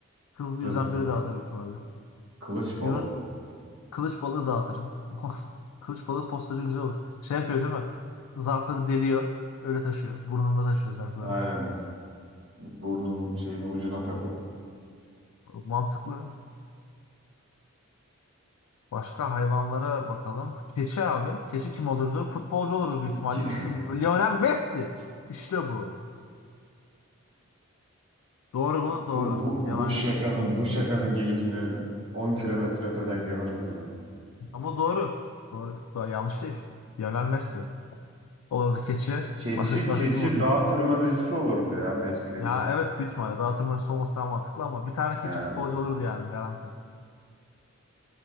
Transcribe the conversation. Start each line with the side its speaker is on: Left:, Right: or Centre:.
Left: hızlı
Right: hızlı,
Left: yüzen biri dağıtır büyük ihtimalle.
Right: kılıç balığı.
Left: Yunus kılıç balığı dağıtır. <laughs> Kılıç balığı postacı güzel olur. Şey yapıyor değil mi? Zarfları deliyor. Öyle taşıyor. Burnunda taşıyor zarfları.
Right: Aynen. burnun şeyin ucuna takıp
Left: Mantıklı. Başka hayvanlara bakalım. Keçi abi. Keçi kim olurdu? Futbolcu olurdu büyük
Right: <laughs>
Left: ihtimalle. Çünkü Lionel Messi. İşte bu. Doğru mu? Doğru.
Right: bu, bu,
Left: Yalan
Right: bu şakanın
Left: yok.
Right: bu şakanın gelişini 10 kilometre öteden gördüm ya.
Left: Ama doğru. Doğru. Doğru. Yanlış değil. Lionel Messi. Olur da keçi.
Right: Keçi
Left: Başka,
Right: keçi
Left: başka kim olacak?
Right: dağ tırmanıcısı olurdu ya meslek.
Left: Ya evet büyük ihtimalle. Dağıtım oyuncusu olması daha mantıklı ama bir tane keçi
Right: Yani
Left: futbolcu olurdu yani garanti.